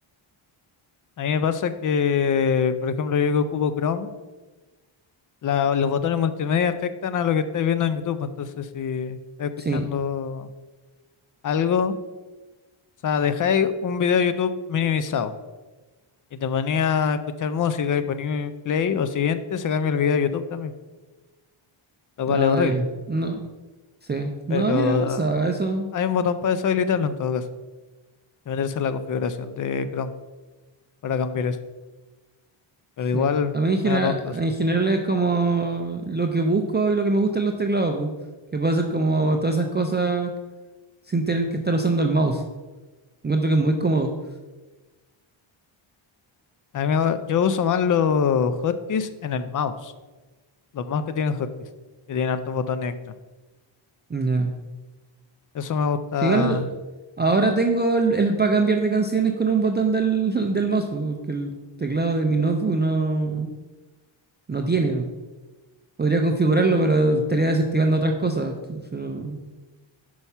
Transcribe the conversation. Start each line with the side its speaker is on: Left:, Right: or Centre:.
Left: A mí me pasa que, por ejemplo, yo que ocupo Chrome, la- los botones multimedia afectan a lo que estáis viendo en YouTube. Entonces, si estáis escuchando
Right: Sí,
Left: algo, o sea, dejáis un video de YouTube minimizado y te ponía a escuchar música y ponía play o siguiente, se cambia el video de YouTube también, lo cual
Right: ah,
Left: es horrible.
Right: ya. No, sí. No,
Left: Pero
Right: a mí no me pasa eso.
Left: Hay un botón para deshabilitarlo en todo caso, de meterse en la configuración de Chrome para cambiar eso. Pero
Right: Sí.
Left: igual,
Right: A mí en general,
Left: medio tontos.
Right: en general es como lo que busco y lo que me gustan los teclados, pues. Que puede ser como todas esas cosas sin tener que estar usando el mouse. Encuentro que es muy cómodo.
Left: A mí me- yo uso más los hotkeys en el mouse, los mouse que tienen hotkeys, que tienen hartos botones extra.
Right: Ya.
Left: Eso me gusta
Right: Si Igual, ahora
Left: harto.
Right: tengo el, para cambiar de canciones con un botón del, <laughs> del mouse, pues, porque el teclado de mi notebook no, no tiene. Podría configurarlo, pero estaría desactivando otras cosas. Entonces, no,